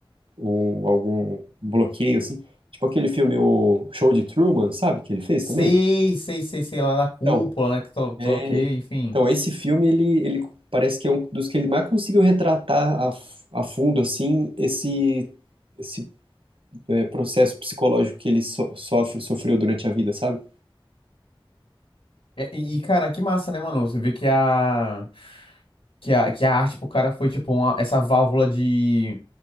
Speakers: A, on the right; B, on the left.
A: um- algum bloqueio, assim. Tipo aquele filme, o Show de Truman, sabe? Que ele fez
B: Sei,
A: também.
B: sei, sei, sei lá da cúpula,
A: Então,
B: né? Que sei lá
A: é,
B: sei lá o quê, enfim.
A: então esse filme, ele, ele parece que é um dos que ele mais conseguiu retratar a, f- a fundo, assim, esse esse é, processo psicológico que ele so- sofre, sofreu durante a vida, sabe?
B: É, E, e, cara, que massa, né, mano? Você vê que a, que a, que a arte pro cara foi, tipo, uma- essa válvula de,